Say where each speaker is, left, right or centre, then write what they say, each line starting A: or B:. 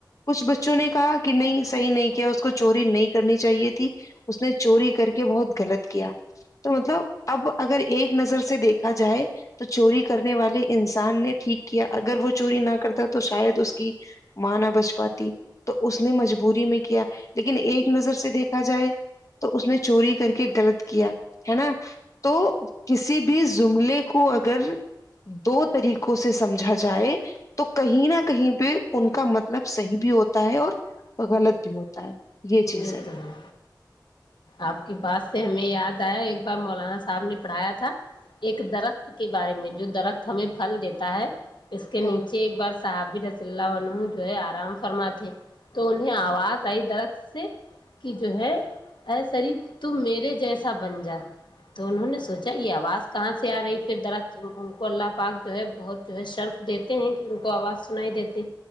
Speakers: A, on the left; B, on the left.
A: کچھ بچوں چوں نے کہا کہ نہیں صحیح نہیں کیا اس کو چوری نہیں کرنی چاہیے تھی اس نے چوری کر کے بہت غلط کیا تو مطلب اب اگر ایک نظر سے دیکھا جائے تو چوری کرنے والے انسان نے ٹھیک کیا اگر وہ چوری نہ کرتا تو شاید اس کی مانا بچپات تو اس نے مجبوری میں کیا لیکن ایک نظر سے دیکھا جائے تو اس نے چوری کر کے غلط کیا ہے نا تو کسی بھی زملے کو اگر دو طریقوں سے سمجھا جائے تو کہیں نہ کہیں پہ ان کا مطلب صحیح بھی ہوتا ہوتا ہے اور وہ غلط بھی ہوتا ہے یہ چیز
B: د ہے آپ کی بات سے ہمیں یاد آیا ایک بار مولانا صاحب نے پڑھایا تھا ایک درخت کے بارے میں جو درخت ہمیں پھل دیتا ہے اس کے
A: ہوں
B: نیچے ایک بار صحاب رس اللہ عن جو ہے آرام فرماتے تو انہیں آواز آئی درخ سے کہ جو ہے ارے سری تم میرے جیسا بن جا تو انہوں نے سوچا یہ آواز کہاں سے آ رہی پھر دراص ان کو اللہ پاک جو ہے بہت جو ہے شرف دیتے ہیں کہ ان کو آواز سنائی دیتے